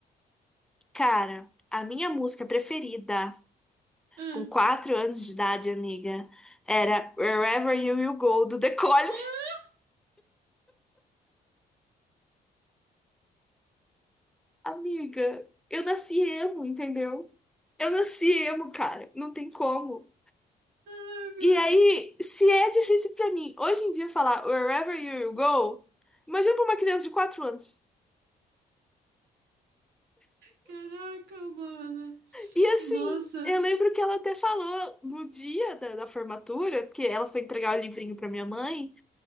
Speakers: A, in the centre; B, on the right.
A: Cara, a minha música preferida
B: Ah.
A: com quatro anos de idade, amiga. Era Wherever You Will Go, do The Collins.
B: Ah.
A: <laughs> Amiga, eu nasci emo, entendeu? Eu nasci emo, cara. Não tem como.
B: Ai, meu
A: E aí, se é difícil pra mim hoje em dia falar Wherever You Will Go, imagina pra uma criança de quatro anos.
B: Caraca, mano.
A: E assim,
B: Nossa,
A: eu
B: um
A: lembro que ela até falou no dia da, da formatura, porque ela foi entregar o livrinho pra minha mãe,